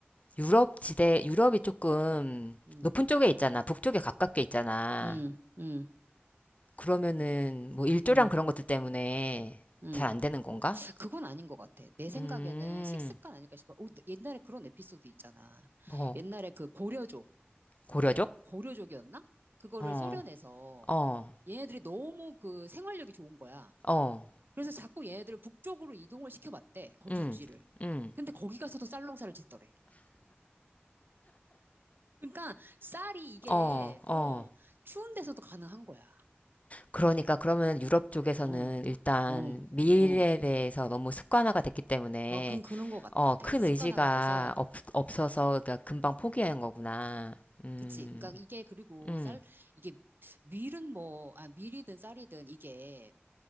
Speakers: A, on the left; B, on the right.
A: 유럽 지대, 유럽이 조금
B: 음,
A: 높은 쪽에 있잖아. 북쪽에 가깝게 있잖아.
B: 음, 음,
A: 그러면은 뭐 일조량
B: 음,
A: 그런 것들 때문에
B: 음.
A: 잘 안 되는 건가?
B: 그건 아닌 것 같아. 내 생각에는
A: 음,
B: 식습관 아닐까 싶어. 오, 옛날에 그런 에피소드 있잖아.
A: 뭐,
B: 옛날에 그 고려족,
A: 고려족?
B: 고려족이었나? 그거를
A: 어,
B: 소련에서
A: 어,
B: 얘네들이 너무 그 생활력이 좋은 거야.
A: 어,
B: 그래서 자꾸 얘네들을 북쪽으로 이동을 시켜봤대. 거주지를.
A: 음, 음,
B: 근데 거기 가서도 쌀농사를 짓더래. 그러니까 쌀이 이게
A: 어, 어.
B: 어 추운 데서도 가능한 거야.
A: 그러니까 그러면 유럽 쪽에서는
B: 어,
A: 일단
B: 어,
A: 미일에
B: 어,
A: 대해서 너무 습관화가 됐기 때문에
B: 어, 그 그런 것 같아.
A: 어, 큰
B: 습관화가
A: 의지가
B: 돼서,
A: 없, 없어서 그러니까 금방 포기하는
B: 음,
A: 거구나. 음,
B: 그치. 그러니까 이게 그리고
A: 음,
B: 쌀 이게 밀은 뭐, 아 밀이든 쌀이든 이게